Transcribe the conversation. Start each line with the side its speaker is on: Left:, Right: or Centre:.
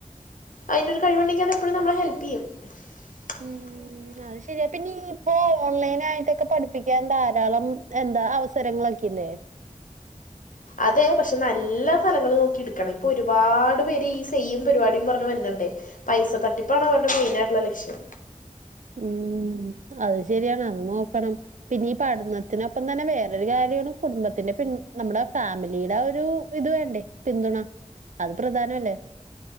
Left: അയ്നൊരു കഴിവുണ്ടെങ്കി അതെപ്പഴും നമ്മളെ ഹെൽപ്പയ്യും <unintelligible>
Right: ഉം. അത് ശരിയാണ് പിന്നീയിപ്പോ ഓൺലൈനായിട്ടൊക്ക പഠിപ്പിക്കാൻ ധാരാളം എന്താ അവസരങ്ങളൊക്കെ ഇല്ലേ
Left: അതെ പക്ഷെ നല്ല ഫലങ്ങള് നോക്കി ഇട്ക്കണം ഇപ്പൊ ഒരുപാട് പേര് ഈ സെയിം പരിപാടിം പറഞ് വരിന്ന്ണ്ടെ പൈസ തട്ടിപ്പാണ് അവർടെ മെയിനായിട്ട്ള്ള ലക്ഷ്യം
Right: ഉം അത് ശരിയാണ് അതും നോക്കണം പിന്നെ ഈ പഠനത്തിനൊപ്പം തന്നെ വേറൊരു കാര്യാണ് കുടുംബത്തിന്റെ പിന്ന നമ്മ്ടെ ഫാമിലേട ഒരൂ ഇത് വേണ്ടേ പിന്തുണ അത് പ്രധാനല്ലെ